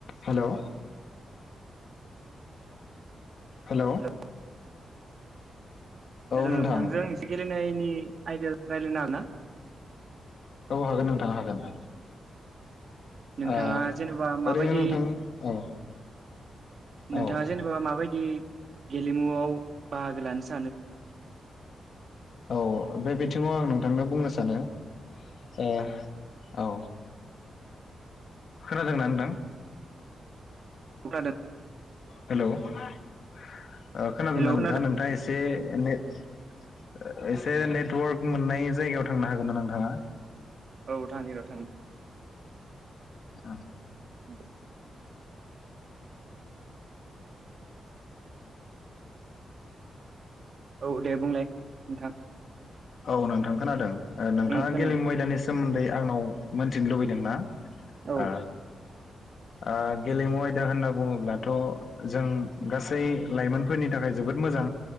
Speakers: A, on the left; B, on the right.
A: Hello hello
B: hello hello
A: नोंथां
B: नोंथांजों एसे गेलेनाय नि आयदायाव रायज्लायनो हागोन ना
A: औ हागोन नोंथां हागोन।
B: नोंथाङा
A: ओ
B: जेनेबा माबायदि
A: ओरैनो नोंथां औ
B: नोंथाङा
A: औ
B: जेनेबा माबायदि गेलेमुआव बाहागो लानोस
A: औ बे बिथिङाव आं नों थांनो बुंनो सानो ओ औ खोनादों ना नोथां?
B: <inaudible>
A: हेलौ ओ खोनादोंना
B: हेल' खोनादों
A: नोंथां नोंथाङा एसे ने ओ
B: औ
A: एसे नेटवार्क मोननाय जायगायाव थांनो हागोन ना नोंथाङा?
B: औ थानि र' थांनि
A: ओं
B: <inaudible> औ दे बुंलाय नोंथां
A: औ नोंथां खोनादों ओ नोंथाङा
B: ओं खोनादों
A: गेलेमु आयदानिस सोमोन्दै आंनाव मोनथिनो लुगैदोंना?
B: औ
A: ओ ओ गेलेमु आयदा होनना बुङोब्लाथ' जों गासै लाइमोनफोरनि थाखाय जोबोद मोजां